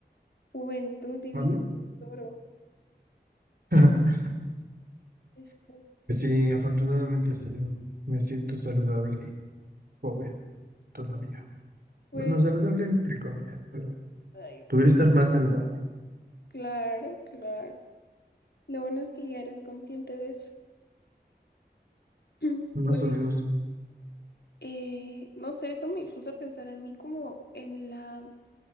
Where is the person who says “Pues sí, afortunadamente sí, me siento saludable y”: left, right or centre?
Right